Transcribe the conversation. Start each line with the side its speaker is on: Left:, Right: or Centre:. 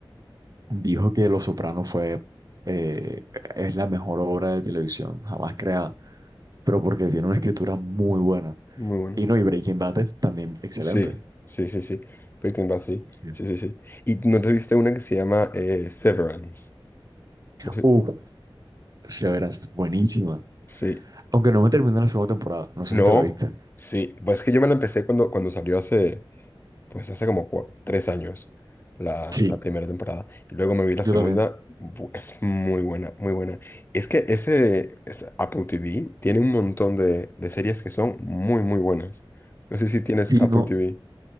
Right: dijo que Los Soprano fue, eh, es la mejor obra de televisión jamás creada, pero porque tiene una escritura muy buena.
Left: Muy bueno.
Right: Y no, y Breaking Bad es también excelente.
Left: Sí, sí, sí, sí. Breaking Bad, sí.
Right: Sí.
Left: Sí, sí, sí. ¿Y no te viste una que se llama eh, Severance? No sé.
Right: Uf, Severance es buenísima.
Left: Sí.
Right: Aunque no me terminé la segunda temporada, no sé
Left: No.
Right: si te la viste.
Left: Sí. Pues es que yo me la empecé cuando, cuando salió hace, pues hace como cua- tres años, la,
Right: Sí,
Left: la primera temporada. Y luego me vi la
Right: yo
Left: segunda.
Right: también.
Left: Bu- Es muy buena, muy buena. Es que ese, ese Apple TV tiene un montón de, de series que son muy, muy buenas. No sé si tienes
Right: Sí,
Left: Apple
Right: no,
Left: TV.